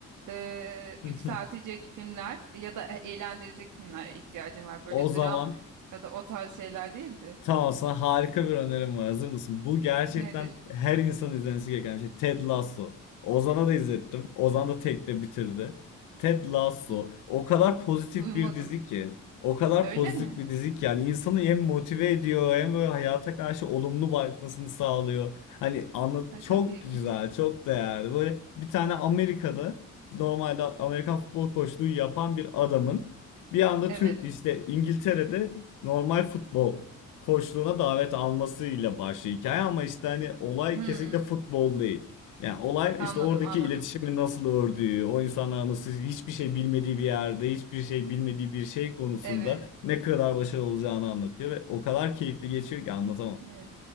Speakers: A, on the right; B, on the left.
A: e,
B: <laughs>
A: yükseltecek filmler ya da e- eğlendirecek filmlere ihtiyacım var. Böyle
B: O zaman
A: dram ya da o tarz şeyler değildi.
B: Tamam sana harika bir önerim var. Hazır mısın? Bu gerçekten
A: Nedir?
B: her insanın izlemesi gereken bir şey. Ted Lasso. Ozan'a da izlettim. Ozan da tekte bitirdi. Ted Lasso.
A: N-
B: O kadar pozitif
A: Duymadım.
B: bir dizi ki. O kadar
A: Öyle
B: pozitif
A: mi?
B: bir dizi ki. Yani insanı hem motive ediyor hem böyle hayata karşı olumlu bakmasını sağlıyor. Hani anlat
A: Ha,
B: çok
A: Çok ilginç.
B: güzel, çok değerli. Böyle bir tane Amerika'da normalde Amerikan futbol koçluğu yapan bir adamın bir anda
A: Evet.
B: Türk işte İngiltere'de normal futbol koçluğuna davet almasıyla başlıyor hikaye ama işte hani olay
A: Hmm.
B: kesinlikle futbol değil. Yani olay
A: Anladım,
B: işte oradaki
A: anladım.
B: iletişimi nasıl ördüğü, o insanlar nasıl hiçbir şey bilmediği bir yerde, hiçbir şey bilmediği bir şey konusunda
A: Evet.
B: ne kadar başarılı olacağını anlatıyor ve o kadar keyifli geçiyor ki anlatamam.
A: Evet.